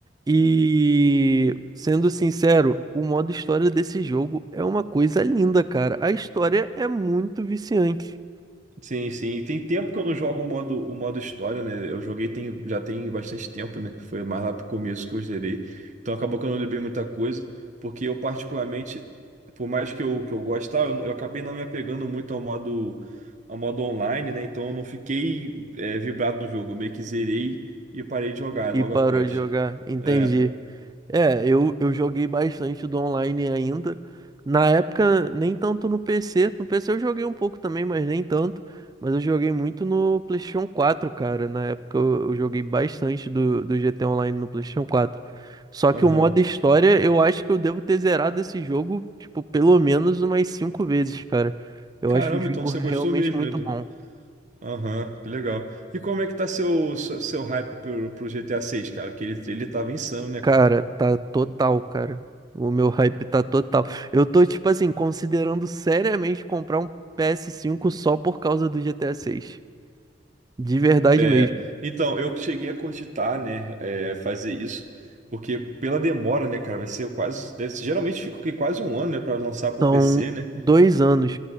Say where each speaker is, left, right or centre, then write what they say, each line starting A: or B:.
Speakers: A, on the right; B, on the right.
A: E, sendo sincero, o modo história desse jogo é uma coisa linda, cara. A história é muito viciante.
B: Sim, sim. E tem tempo que eu não jogo o modo, o modo história, né? Eu joguei tem, já tem bastante tempo, né? Foi mais lá pro começo que eu zerei. Então acabou que eu não lembrei muita coisa, porque eu particularmente, por mais que eu, que eu goste, tá, eu, não- eu acabei não me apegando muito ao modo, ao modo online, né? Então eu não fiquei é, vibrado no jogo. Eu meio que zerei e parei de jogar
A: E
B: logo
A: parou
B: após.
A: de jogar, entendi.
B: É,
A: É, eu, eu joguei bastante do online ainda. Na época, nem tanto no PC. No PC eu joguei um pouco também, mas nem tanto. Mas eu joguei muito no PlayStation quatro cara. Na época eu, eu joguei bastante do, do GT Online no PlayStation quatro Só que
B: aham.
A: o modo história, eu acho que eu devo ter zerado esse jogo, tipo, pelo menos umas cinco vezes, cara. Eu
B: Caramba,
A: acho o jogo
B: então você
A: realmente
B: gostou mesmo,
A: muito
B: né?
A: bom.
B: Aham, que legal. E como é que tá seu, seu seu hype pro, pro GTA 6, cara? Que ele, ele tava insano, né,
A: Cara,
B: cara?
A: tá total, cara. O meu hype tá total. Eu tô, tipo assim, considerando seriamente comprar um ps cinco só por causa do GTA seis De verdade
B: É,
A: mesmo.
B: então, eu cheguei a cogitar, né, é, fazer isso, porque pela demora, né, cara, vai ser quase, deve- geralmente fica o quê? quase um ano, né, pra lançar pro
A: São
B: PC, né?
A: dois anos.